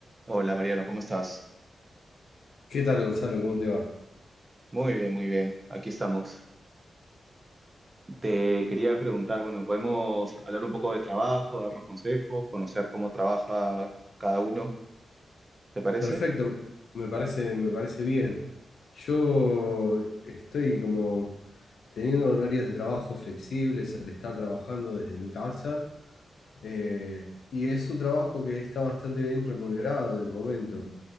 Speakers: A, on the right; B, on the left.
A: Hola Mariano, ¿cómo estás?
B: ¿Qué tal, Gonzalo? ¿Cómo te va?
A: Muy bien, muy bien. Aquí estamos. Te quería preguntar, bueno, podemos hablar un poco de trabajo, darnos consejos, conocer cómo trabaja cada uno, ¿te parece?
B: Perfecto, me parece, me parece bien. Yo estoy como teniendo horarios de trabajo flexibles al estar trabajando desde mi casa eh, y es un trabajo que está bastante bien remunerado de momento,